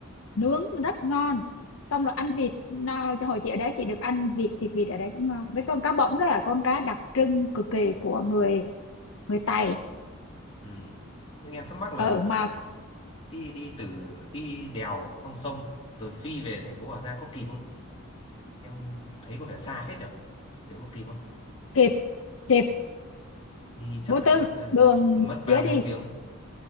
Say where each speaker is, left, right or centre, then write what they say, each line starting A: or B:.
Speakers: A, on the left; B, on the left.
A: nướng
B: vâng
A: rất ngon xong rồi ăn vịt nào hồi chị ở đấy chị được ăn vịt thịt vịt ở đấy cũng ngon với con cá bỗng đó là con cá đặc trưng cực kỳ của người người Tày
B: ừ. nhưng em thắc mắc là
A: ừ mà
B: đi đi từ đi đèo song sông rồi phi về thành phố Hà Giang có kịp không em thấy có vẻ xa phết nhở liệu có kịp không
A: kịp kịp
B: đi chắc
A: vô
B: phải
A: tư
B: mất ờ,
A: đường
B: mất ba
A: dễ
B: bốn
A: đi
B: tiếng